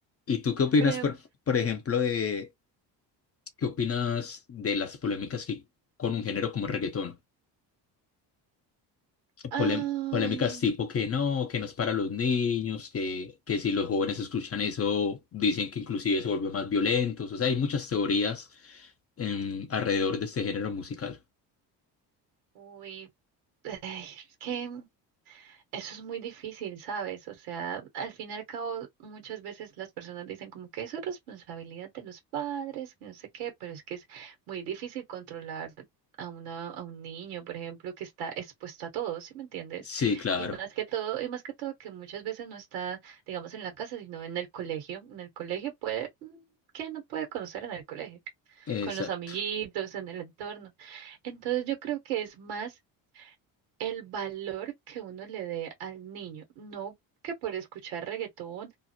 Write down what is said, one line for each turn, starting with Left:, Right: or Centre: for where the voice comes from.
Left: ¿Y tú qué opinas,
Right: Por ejemplo,
Left: por, por ejemplo, de qué opinas de las polémicas que con un género como el reggaetón?
Right: ah,
Left: Polem- polémicas tipo que no, que no es para los niños, que, que si los jóvenes escuchan eso, dicen que inclusive se vuelven más violentos. O sea, hay muchas teorías em, alrededor de este género musical.
Right: uy, ay, es que Eso es muy difícil, ¿sabes? O sea, al fin y al cabo, muchas veces las personas dicen como que eso es responsabilidad de los padres, que no sé qué, pero es que es muy difícil controlar a una, a un niño, por ejemplo, que está expuesto a todo, ¿sí me entiendes?
Left: Sí, claro,
Right: Y más que todo, y más que todo que muchas veces no está, digamos, en la casa, sino en el colegio. En el colegio puede, qué no puede conocer en el colegio?
Left: exacto.
Right: Con los amiguitos, en el entorno. Entonces yo creo que es más el valor que uno le dé al niño, no que por escuchar reggaetón